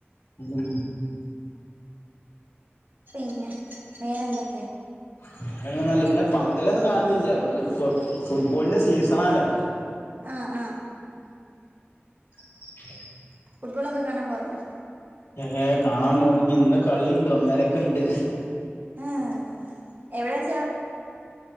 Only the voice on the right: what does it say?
പിന്നെ വേറെന്തൊക്കെ?
ആ ആഹാ
ഫുട്ബോളൊക്കെ കാണാൻ പോറണ്ടോ?
ഹം എവിടെ വച്ചാ